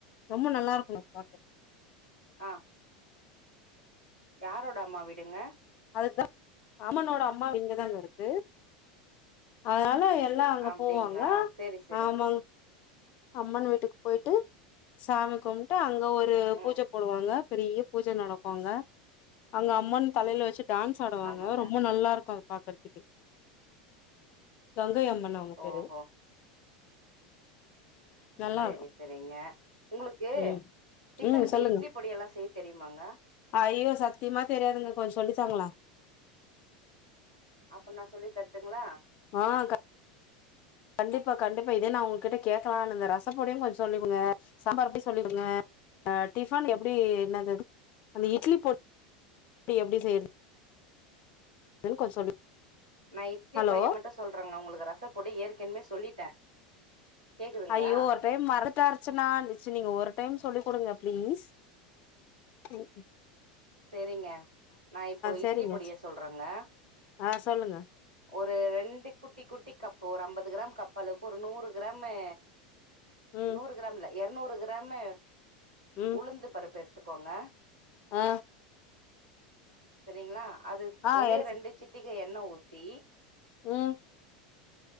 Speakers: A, on the left; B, on the right.
A: ரொம்ப நல்லா இருக்குங்க பாக்க
B: ஆ யாரோட அம்மா வீடுங்க?
A: அதுக்குதா அம்மனோட அம்மா இங்கதாங்க இருக்கு. அதனால எ ல்லா அங்க
B: அப்டிங்களா
A: போவாங்க
B: செரி செரிங்க
A: ஆமாங் அம்மன் வீட்டுக்கு போயிட்டு சாமி கும்ட்டு அங் க ஒரு
B: ம்
A: பூஜ போடுவாங்க. பெரிய பூஜ நடக்கு அங்க. அங்க அம்மன் தலையில வச்சுட் டான்ஸ் ஆடுவாங்க
B: ஆமாங்க
A: ரொம்ப நல்லா இருக்கு அது பாக்கறதுக்கே கங்கை அம் மன் அவங்க
B: ஓஹோ
A: பேரு. நல்லா
B: செரி
A: இருக்கு
B: செரிங்க உங்களுக்கு
A: ம்
B: டிஃபனுக்கு
A: ம் சொல்லுங்க
B: இட்லி பொடி எல்லா செய்ய தெரியுமாங்க
A: ஐயோ சத்தியமா தெரியாதுங்க கொஞ்ச சொல்லித்தாங்களே.
B: அப்பன்னா சொல்லி தருட்டுங்ளா?
A: ஆ க கண்டிப்பா கண்டிப்பா இதே நா உங்க கிட்ட கேக்கலானு இருந்தே. ரசப்பொடியு கொஞ்ச சொல்லிக்குடுங்க. சாம்பார் பொடி சொல்லிக்குடுங்க. ஆ டிஃபன் எப்டி என்னது அது அந்த இட்லி பொடி எப்டி செய்யறது ன்னு கொஞ்ச சொல்லி
B: நா இட்லி
A: ஹலோ
B: பொடிய மட்டு சொல்றேங்க உங்களுக்கு ரசப்பொடி ஏற்கனவே சொல்லிட்டே கேக்குதுங்களா
A: ஐயோ ஒரு டைம் மறந்துட்டாச்சுனா னிச்சு நீங்க ஒரு டைம் சொல்லி் குடுங்க ப்ளீஸ் ம் ம்
B: சேரிங்க நா இப்போ இட்லி
A: சரிங்க
B: பொடிய சொல்றேங்க.
A: ஆ சொல்லுங்க
B: ஒரு ரெண்டு குட்டி குட்டி கப் இப்ப ஒரு அம்பது கிராம் கப் அளவுக்கு ஒரு நூறு கிராமு
A: ம்
B: நூறு கிராம் இல்ல எரநூறு கி ராமு
A: ம்
B: உளுந்து பருப்பு எடு த்துக்கோங்க.
A: ஆ
B: சரிங்களா? அது
A: ஆ
B: ஒரே
A: எடுத்து
B: ரெண்டு சிட்டிக எ ண்ண ஊத்தி
A: ம்